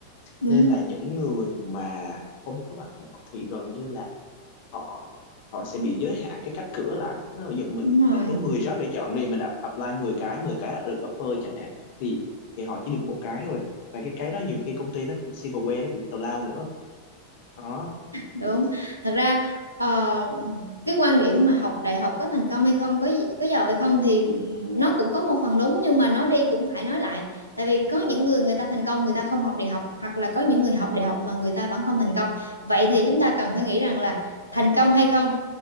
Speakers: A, on the right; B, on the left.
A: đúng
B: nên là những người mà không có bằng đại học thì gần như là họ họ sẽ bị giới hạn cái cánh cửa lại ví dụ mình
A: đúng rồi
B: mình có 10 job để chọn đi mình up- apply 10 cái 10 cái được offer chẳng hạn thì thì họ chỉ được một cái thôi và cái cái đó nhiều khi công ty nó cũng single way nó cũng tào lao nữa đó
A: đúng thật ra ờ, cái quan điểm mà học đại học có thành công hay không có có giàu hay không thì ừm, nó cũng có một phần đúng nhưng mà nói đi cũng phải nói lại tại vì có những người người ta thành công người ta không học đại học hoặc là có những người học đại học mà người ta vẫn không thành công vậy thì chúng ta cần phải nghĩ rằng là thành công hay không